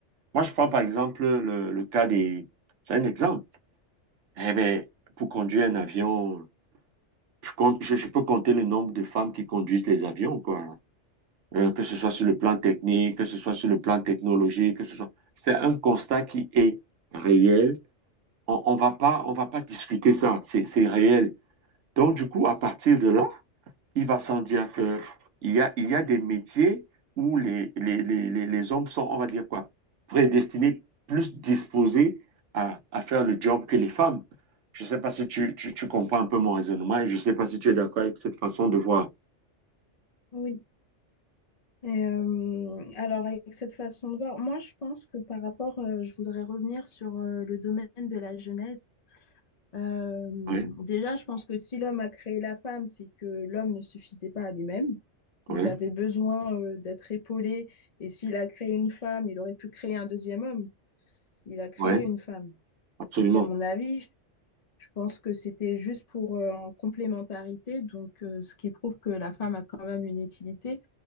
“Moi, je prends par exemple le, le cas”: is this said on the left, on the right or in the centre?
Right